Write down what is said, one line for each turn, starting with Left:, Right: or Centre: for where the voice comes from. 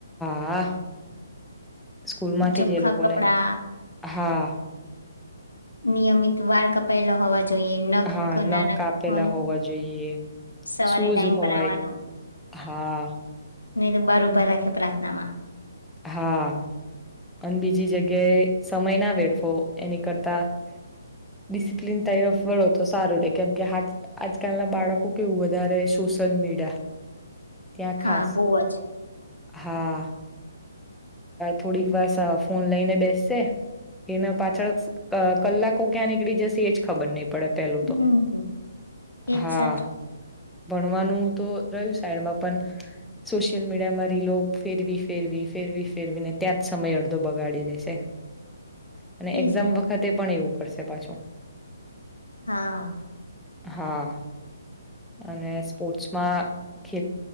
Centre: હા સ્કૂલમાંથી
Left: ચોખ્ખા
Centre: જે લોકોને
Left: કપડા
Centre: હા
Left: નિયમિત વાર કપાયેલા હોવા જોઈએ નખ
Centre: હા
Left: ક-
Centre: નાપેલા
Left: નાના હોય
Centre: હોવા જોઈએ
Left: સવારે
Centre: શૂઝ
Left: ટાઈમ
Centre: હોય
Left: પર આવવાનું
Centre: હા
Left: નહી તો બહાર ઉભા રાખે પ્રાર્થના માં
Centre: હા અને બીજી જગ્યાએ. સમય ના વેડવો એની કરતા ડિસિપ્લિન તરફ વળો તો સારું રે કેમકે આજકાલના બાળકો કેવું વધારે સોશિયલ મીડિયા. ત્યાં
Left: હા
Centre: ખાસ
Left: બહ જ.
Centre: હા. થોડીક વાર ફોન લઈને બેસશે એને પાછળ કલાકો ક્યાં નીકળી જશે એજ ખબર નહ પડે. પડે પેલું
Left: હમ
Centre: તો
Left: એજ
Centre: હા
Left: સાચું
Centre: ભણવાનું તો રહ્યું સાઈડમાં પણ સોશિયલ મીડિયા માં રીલો ફેરવી ફેરવી. ફેરવી ફેરવીને ત્યાં જ સમય અડધો બગાડી દેશે. અને
Left: એજ
Centre: એક્ઝામ
Left: ને
Centre: વખતે પણ એવું. કરશે પાછું.
Left: હા.
Centre: હા અને સ્પોર્ટ્સમાં ખ